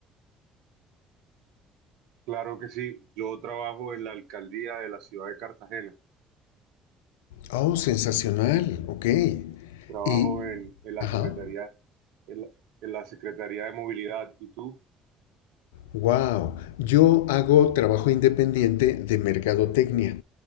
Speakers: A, on the right; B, on the left.
A: Claro que sí. Yo trabajo en la alcaldía de la ciudad de Cartagena.
B: Oh, sensacional, ok.
A: Trabajo
B: Y,
A: en, en la
B: ajá.
A: Secretaría en la, en la Secretaría de Movilidad. ¿Y tú?
B: Wow, yo hago trabajo independiente de mercadotecnia.